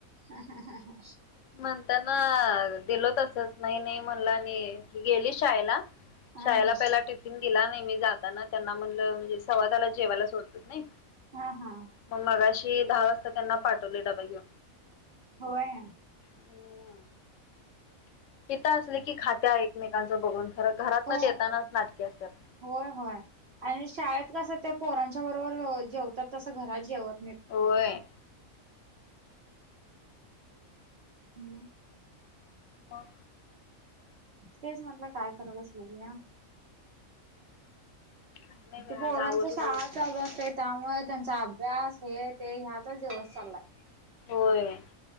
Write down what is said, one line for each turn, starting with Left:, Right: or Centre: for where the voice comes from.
Right: हम् हम हम ह.
Left: म्हणताना दिलो तसच नाही नाही म्हणलं आणि ही गेली शाळेला
Right: हा
Left: शाळेला
Right: हा
Left: पहिला टिफिन दिला नाही मी जाताना त्यांना म्हण सवाला जेवायला सोडत नाही
Right: हा हा.
Left: मग मगशी दहा वाजता त्यां चालोय डबा घेऊन.
Right: होय.
Left: हो. तिथं असली की खात्या एकमेकांचं बघून खरं घरात
Right: हो
Left: न देतानाच नाटकी असत्यात.
Right: होय होय आणि शाळेत कस ते पोरांच्या बरोबर जेवतात तसं घरात जेवत नाहीत.
Left: होय.
Right: हम.
Left: मग
Right: तेच म्हटलं काय करालास बघूया.
Left: काय नाही बाई
Right: पोरांचं
Left: आज आवरलं
Right: शाळा
Left: लवकर
Right: चालू असतय त्यामुळे त्यांचा अभ्यास हे ते ह्यातच दिवस चाललाय.
Left: होय.